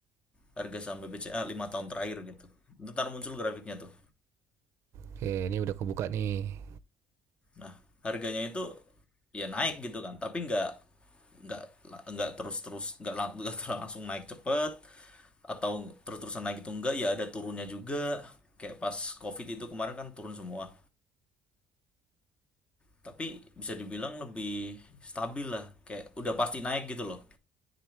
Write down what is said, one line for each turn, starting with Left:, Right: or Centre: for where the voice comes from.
Left: Harga saham BBCA lima tahun terakhir gitu. Ntar muncul grafiknya tuh.
Right: Oke, ini udah kebuka nih.
Left: Nah, harganya itu ya naik gitu kan, tapi nggak nggak nggak terus-terus nggak lang- nggak langsung naik cepet atau terus-terusan naik itu enggak ya ada turunnya juga. Kayak pas COVID itu kemarin kan turun semua. Tapi bisa dibilang lebih stabil lah, kayak udah pasti naik gitu loh.